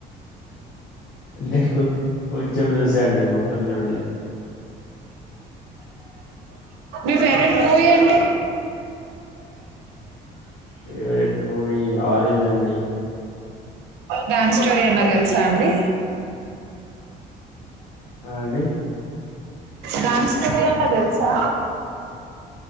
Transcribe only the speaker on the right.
మీ ఫేవరెట్ మూవీ ఏంటి
డ్యాన్స్ స్టోరీ అన్నా తెలుసా అండి
దాని స్టోరీ అన్నా తెలుసా